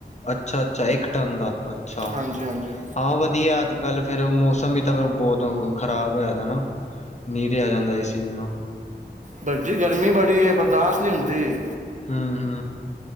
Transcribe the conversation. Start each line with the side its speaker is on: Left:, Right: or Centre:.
Left: ਅੱਛਾ ਅੱਛਾ ਇੱਕ ਟਨ ਦਾ ਅੱਛਾ
Right: ਹਾਂਜੀ ਹਾਂਜੀ
Left: ਹਾਂ ਵਧੀਆ ਅੱਜ ਕੱਲ੍ਹ ਫੇਿਰ ਮੌਸਮ ਵੀ ਤਾਂ ਫ ਬਹੁਤ ਖ਼ਰਾਬ ਹੋਇਆ ਦਾ ਨਾ ਨੀਰੇ ਆ ਜਾਂਦਾ ਏ ਸੀ ਬਿਨਾਂ
Right: ਬਡੀ ਗਰਮੀ ਬੜੀ ਹੈ ਬਰਦਾਸ਼ਤ ਨਹੀਂ ਹੁੰਦੀ
Left: ਹਮ ਹ